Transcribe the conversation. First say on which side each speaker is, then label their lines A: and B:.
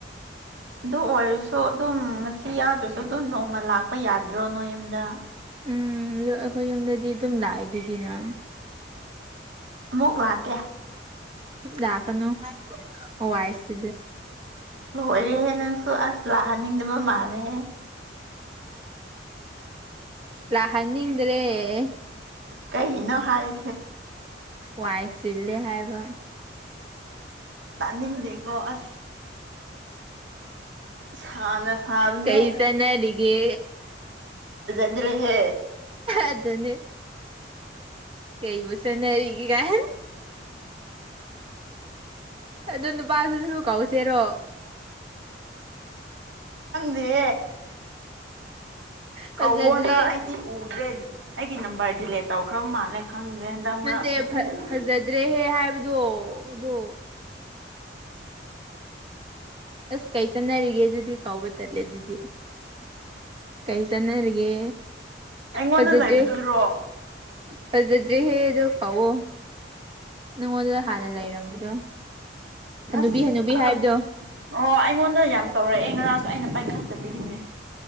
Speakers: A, on the right (about 75°); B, on the right (about 30°).
A: ꯑꯗꯨ ꯑꯣꯏꯔꯁꯨ ꯑꯗꯨꯝ ꯉꯁꯤ ꯌꯥꯗ꯭ꯔꯁꯨ ꯑꯗꯨꯝ ꯅ ꯃ ꯂꯥꯛꯄ ꯌꯥꯗ꯭ꯔꯣ ꯅꯣꯏ ꯌꯨꯝꯗ
B: ꯎꯝ ꯑꯩꯈꯣꯏ ꯌꯨꯝꯗꯗꯤ ꯑꯗꯨꯝ ꯂꯥꯛꯑꯦ ꯑꯗꯨꯗꯤꯅ
A: ꯃꯒ ꯂꯥꯛ
B: ꯗꯀꯅꯨ ꯑꯣ ꯋꯥꯥꯏꯁꯤ
A: ꯂꯣꯏꯔꯦꯍꯦ ꯅꯪꯁꯨ ꯑꯁ ꯂꯥꯛꯍꯟꯅꯤꯡꯗꯕ ꯃꯥꯜꯂꯦꯍꯦ
B: ꯑ ꯂꯅꯤꯗ꯭ꯔꯦ
A: ꯀꯩꯅꯣ ꯍꯥꯏ
B: ꯋꯥꯏꯁꯤꯜꯂꯦ ꯍꯥꯏꯕ
A: ꯄ꯭ꯂꯅꯤꯡꯗꯀꯣ ꯑꯁ ꯁꯥꯅ ꯁꯥꯕꯅꯦ
B: ꯎ ꯀꯩꯁꯥꯅꯔꯤꯒꯦ
A: ꯗ꯭ꯔꯦ ꯍꯦ
B: ꯑꯗꯨꯅꯤ ꯀꯩ ꯁ ꯆꯟꯅꯔꯤ ꯀꯥꯏ ꯑꯗꯨ ꯄꯥꯁꯨ ꯁꯨ ꯀꯥꯎꯁꯦꯔꯣ
A: ꯗꯤ
B: ꯐꯖꯗ꯭ꯔꯦ
A: ꯀꯧꯋꯣꯅ ꯑꯩꯗꯤ ꯎꯗ꯭ꯔꯦ ꯑꯩꯒꯤ ꯅꯝꯕꯔ ꯗꯤꯂꯦꯠ ꯇꯧꯈ꯭ꯔꯕ ꯃꯥꯜꯂꯦ ꯈꯪꯗ꯭ꯔꯦ ꯍꯟꯗꯛ
B: ꯅꯠꯇꯦ
A: ꯃꯔꯛ ꯁꯨꯡꯎ ꯎꯗꯦ
B: ꯐꯖꯗ꯭ꯔꯦꯍꯦ ꯍꯥꯏꯕꯗꯣ ꯑ ꯑꯗꯨꯗꯣ ꯑꯁ ꯀꯩ ꯆꯠꯅꯔꯤꯒꯦ ꯑꯗꯨꯗꯤ ꯀꯥꯎꯕ ꯇꯠꯂꯦ ꯑꯗꯨꯗꯤ ꯀꯩ ꯆꯅꯔꯒꯦ
A: ꯑꯩꯉꯣꯟꯗ
B: ꯐꯖꯠ
A: ꯂꯩꯕꯗꯨꯔꯣ
B: ꯗꯦ ꯐꯖꯗ꯭ꯔꯦꯍꯦ ꯑꯗꯣ ꯀꯥꯎꯑꯣ ꯅꯪꯉꯣꯟꯗ ꯍꯥꯟꯅ ꯂꯩꯔꯝꯕꯗꯣ ꯍꯅꯨꯕꯤ
A: ꯑꯁ
B: ꯍꯅꯨꯕꯤ ꯍꯥꯏꯕꯗꯣ
A: ꯑꯣ ꯑꯩꯉꯣꯟꯗ ꯌꯥꯝ ꯇꯧꯔꯛꯑꯦ ꯉꯔꯥꯁꯨ ꯑꯩꯅ ꯄꯥꯏꯈꯠꯇꯕꯒꯤꯅꯦ